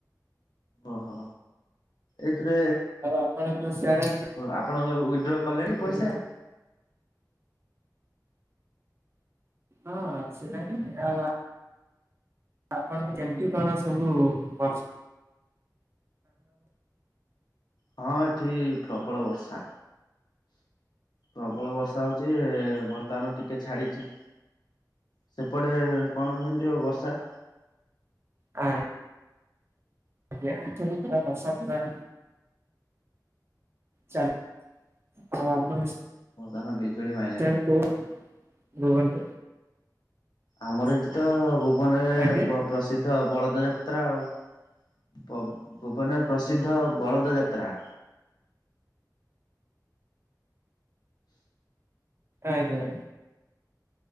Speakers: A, on the left; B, on the right.
A: ଓହୋ, ଏଥିରେ
B: ଆପଣଙ୍କର ସିଆଡେ
A: ଆପଣଙ୍କ ଉଇଡ୍ର କଲେଣି
B: ହଁ
A: ପଇସା।
B: ହଁ ଆସିଲାଣି ଆଉ ଆ ଆପଣଙ୍କୁ ଯେମତି କଣ ସବୁ ବର୍ସ
A: ହଁ ଏଠି ପ୍ରବଳ ବର୍ଷା। ପ୍ରବଳ ବର୍ଷା ହଉଚି ବର୍ତ୍ତମାନ ଟିକେ ଛାଡିଚି। ସେପଟେ କଣ କେମିତି ଆଉ ବର୍ଷା।
B: କାଇଁ ଆଜ୍ଞା ଏଠି ବି ପୁରା ବର୍ଷା ପୁରା ଚାଲ୍, ହଁ ଆପଣବି
A: ବର୍ତମାନ ବିଜୁଳି ମାଇ
B: <unintelligible>
A: ଆମର ଏଠି ତ ଭୁବନରେ ବ
B: ଆଜ୍ଞା
A: ପ୍ରସ୍ ପ୍ରସିଦ୍ଧ ବଳଦ ଯାତ୍ରା ଆଉ, ପବ୍ ଭୁବନରେ ପ୍ରସିଦ୍ଧ ବଳଦ ଯାତ୍ରା।
B: ଆଜ୍ଞା।